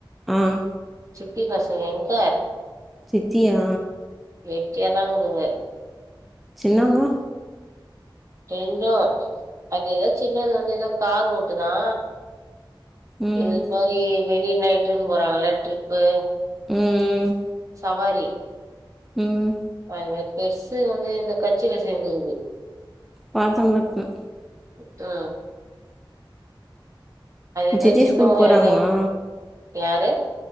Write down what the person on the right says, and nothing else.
சித்தி பசங்க எங்க
வெட்டியாதா கிதுங்க
ரெண்டு அது ஏதோ சின்னது வந்து ஏதோ கார் ஓட்டுதா
இது மாதிரி வெளிய இட்டுனு போறாங்க ட்ரிப்பு
சவாரி
அது மாரி பெருசு வந்து இந்த கச்சில சேர்ந்துக்குது
ம் ஹும்
ஏதோ
சின்னவ
ஏதோ யாரு